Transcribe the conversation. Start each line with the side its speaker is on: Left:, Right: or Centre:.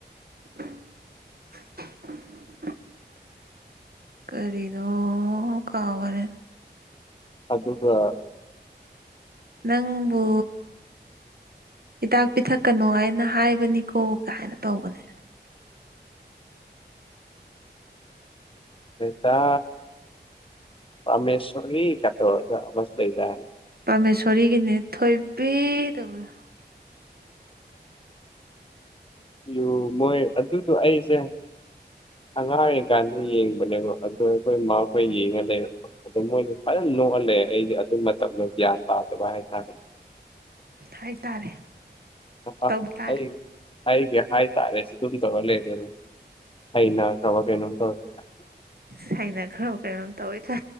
Right: <unintelligible> ꯀꯔꯤꯅꯣ ꯀꯥꯎꯒꯔꯦ
Left: ꯑꯗꯨꯒ
Right: ꯅꯪꯕꯨ ꯍꯤꯗꯥꯛ ꯄꯤꯊꯛꯀꯅꯣ ꯍꯥꯏꯅ ꯍꯥꯏꯕꯅꯤꯀꯣ ꯀꯥꯏꯅ ꯇꯧꯕꯅꯦ꯫
Left: ꯇ ꯄꯃꯦꯁꯣꯔꯤ ꯀ ꯇꯧꯔꯒ ꯑꯃꯁꯨ ꯂꯩꯗꯥꯏ
Right: ꯄꯥꯔꯃꯦꯁꯣꯔꯤꯒꯤꯅꯦ ꯊꯣꯏꯕꯤ ꯇꯧꯕꯗꫭ
Left: ꯌꯨ ꯃꯣꯏ ꯑꯗꯨꯗꯣ ꯑꯩꯁꯦ ꯑꯉꯥꯡ ꯑꯣꯏꯔꯤꯀꯥꯟꯗ ꯌꯦꯡꯕꯅꯦꯕꯣ ꯑꯗꯨꯣ ꯑꯩꯈꯣꯏ ꯃꯈ ꯑꯩꯈꯣꯏ ꯌꯦꯡꯉ ꯂꯩꯔꯝꯕ ꯑꯗꯣ ꯃꯣꯏꯗꯤ ꯐꯖꯅ ꯅꯣꯛꯍꯜꯂꯦ ꯑꯩꯗꯤ ꯑꯗꯨ ꯃꯇꯝꯅ ꯒ꯭ꯌꯥꯟ ꯄꯥꯗꯕ ꯍꯥꯏꯇꯥꯔꯦ
Right: ꯍꯥꯏꯇꯥꯔꯦ ꯇꯧꯇꯥꯔꯦ
Left: ꯑ ꯑꯩ ꯑꯩꯒꯤ ꯍꯥꯏꯇꯥꯔꯦ ꯁꯤ ꯑꯗꯨꯝ ꯇꯧꯔ ꯂꯩꯔꯦ ꯑꯗꯨꯝ ꯑꯩꯅ ꯆꯥꯎꯧꯋꯥ ꯀꯦꯩꯅꯣ ꯇꯧꯋꯦ
Right: ꯁꯥꯏꯅ ꯈ꯭ꯔ ꯀꯩꯅꯣꯝ ꯇꯧꯋꯦꯗ